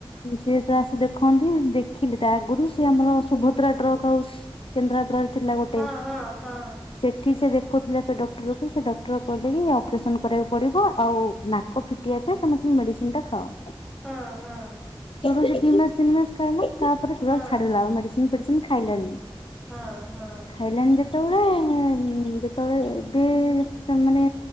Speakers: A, on the left; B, in the centre.
A: ସିଏ ତ ଆସି ଦେଖନ୍ତି। ଦେଖିଲି ତା ଆଗରୁ ସେ ଆମର ସୁଭଦ୍ରା ଡ୍ରଗ ହାଉସ କେନ୍ଦ୍ରାପଡ଼ ଥିଲା ଗୋଟେ।
B: ହଁ ହଁ ହଁ
A: ସେଠି ସେ ଦେଖୁଥିଲା ଗୋଟେ ଡକ୍ଟର କୁ। ସେ ଡକ୍ଟର କହିଲେ କି ଅପରେସନ କରିବାକୁ ପଡିବ ଆଉ ନାକ ଫିଟିବା ପାଇଁ ତମେ ତମ ମେଡିସିନ ଟା ଖାଅ
B: ହଁ ହଁ।
A: ଦି ମାସ ତିନି ମାସ ଖାଇଲା ତାପରେ ପୁରା
B: ହଁ।
A: ଛାଡିଦେଲା ମେଡିସିନ ଫେଡିସିନ ଖାଇଲାନି
B: ହଁ ହଁ।
A: ଖାଇଲେଣି ଯେତେବେଳେ ଯେତେବେଳେ ବି ତମାନେ